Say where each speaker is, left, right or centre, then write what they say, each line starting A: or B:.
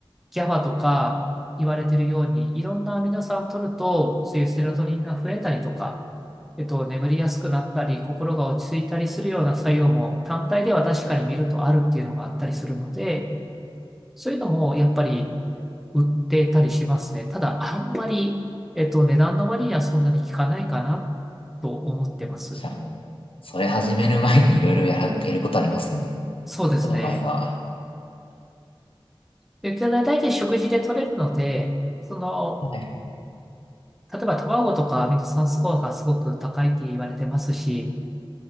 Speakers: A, in the centre; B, on the left.
A: ギャバとか言われてるように、いろんなアミノ酸取ると、そういうセロトニンが増えたりとか、えっと、眠りやすくなったり、心が落ち着いたりするような作用も単体では確かに見るとあるっていうのがあったりするので、そういうのもやっぱり売っていたりしますね。ただ、あんまり、えっと、値段の割にはそんなに効かないかなと思ってます。
B: じゃあもうそれ始める前にいろいろやら、やることありますね。
A: そうですね。
B: 僕の場合は。
A: で、大体食事で取れるので、その、
B: はい。
A: 例えば卵とかミノ酸スコアがすごく高いって言われてますし、